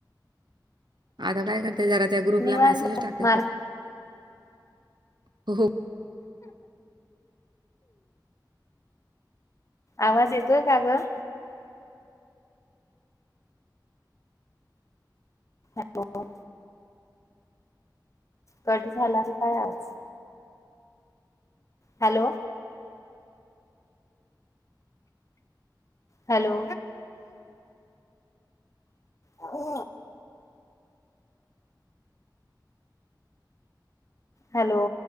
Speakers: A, on the right (about 70°); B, on the left (about 40°).
A: आता काय करते. ते जरा त्या ग्रुपला
B: निवांत
A: मेसेज टाकते.
B: मार्क
A: <unintelligible> हो हो.
B: आवाज येतोय का गं. हॅलो. कट झाला कायं आज. हॅलो. हॅलो. हो. हॅलो.